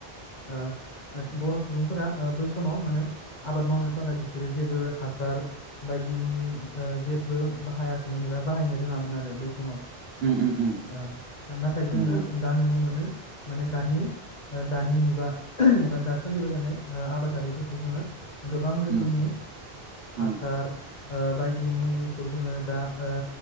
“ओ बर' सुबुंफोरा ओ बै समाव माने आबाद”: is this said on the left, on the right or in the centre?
Left